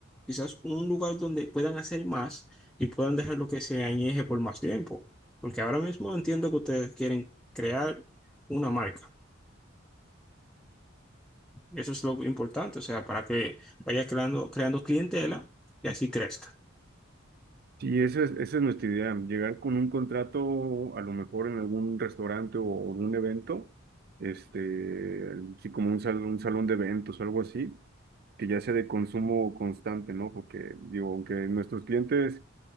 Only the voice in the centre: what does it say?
quizás un lugar donde puedan hacer más y puedan dejar lo que se añeje por más tiempo. Porque ahora mismo entiendo que ustedes quieren crear una marca. Eso es lo importante, o sea, para que vaya creando, creando clientela y así crezca.